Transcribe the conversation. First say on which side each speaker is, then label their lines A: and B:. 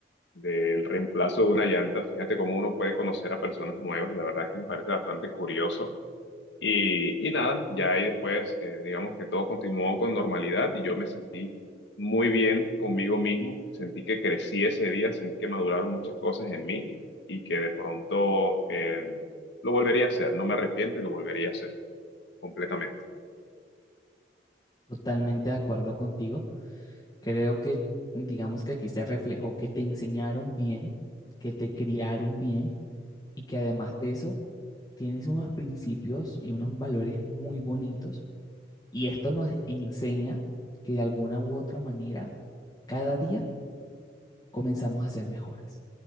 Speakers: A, on the left; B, on the left.
A: del reemplazo de una llanta. Fíjate cómo uno puede conocer a personas nuevas, la verdad que me parece bastante curioso. Y, y nada, ya ahí después, eh, digamos que todo continuó con normalidad y yo me sentí muy bien conmigo mismo, sentí que crecí ese día, sentí que maduraron muchas cosas en mí y que de pronto eh, lo volvería a hacer, no me arrepiento y lo volvería a hacer completamente.
B: Totalmente de acuerdo contigo. Creo que, digamos que aquí se reflejó que te enseñaron bien, que te criaron bien y que además de eso tienes unos principios y unos valores muy bonitos y esto nos enseña que de alguna u otra manera cada día comenzamos a ser mejores.